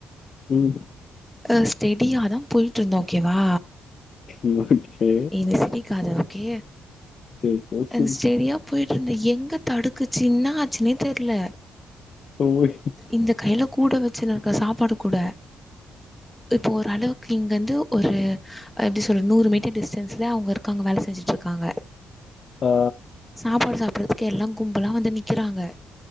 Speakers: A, on the left (about 45°); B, in the centre.
A: ம்
B: அ ஸ்டடியாதா போய்ட்ருந்த ஓகேவா
A: ஓ கே
B: ஏ நீ சிரிக்காத ஓகே
A: சரி சரி சரி
B: அந்த ஸ்டடியா போய்ட்டு இருந்த எங்க தடுக்குச்சு என்னாச்சுனே தெர்ல
A: ஓய்
B: இந்த கைல கூட வச்சுன் இருக்க சாப்பாடு கூட இப்போ ஓரளவுக்கு இங்கருந்து ஒரு எப்டி சொல்றது நூறு மீட்டர் டிஸ்டன்ஸ்ல அவங்க இருக்காங்க வேல செஞ்சுட்ருக்காங்க
A: ஆ
B: சாப்பாடு சாப்பிறதுக்கு எல்லா கும்பலா வந்து நிக்கறாங்க